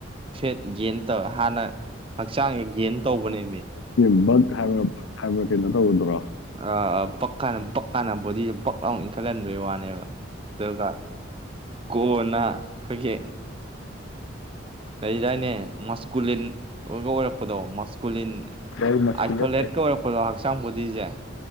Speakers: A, on the right; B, on the left.
A: ꯐꯦꯠ ꯒꯦꯟ ꯇꯧ ꯍꯥꯟꯅ ꯍꯛꯆꯥꯡꯖꯦ ꯒꯦꯟ ꯇꯧꯕꯅꯦꯃꯤ꯫
B: <unintelligible> ꯕꯛ ꯍꯥꯏꯕ꯭ꯔꯥ <unintelligible> ꯍꯥꯏꯕ꯭ꯔꯥ꯫ ꯀꯩꯅꯣ ꯇꯧꯒꯗ꯭ꯔꯣ
A: ꯑꯥ ꯕꯛꯀꯥꯅꯝ ꯄꯛ ꯀꯥꯟꯅ ꯕꯣꯗꯤꯖꯦ ꯕꯛ ꯂꯥꯎꯅ ꯏꯟꯈꯠꯂꯟꯕꯩ ꯋꯥꯅꯦꯕ ꯑꯗꯨꯒꯥ ꯀꯣꯟꯅ ꯑꯈꯣꯏꯒꯤ ꯂꯩꯗꯥꯏꯅꯦ ꯃꯁ ꯀꯨꯂꯤꯟ ꯑꯣꯏꯕ ꯑꯣꯢꯔꯛꯄꯗꯣ ꯃꯁꯀꯨꯂꯤꯟ
B: ꯒꯥꯔꯤ ꯃꯁꯀꯨꯂꯔ
A: ꯑꯥꯏꯁꯣꯂꯦꯠꯀ
B: ꯀꯩ
A: ꯑꯣꯏꯔꯛꯄꯗꯣ꯫ ꯁꯥꯝꯕꯨꯗꯤꯖꯦ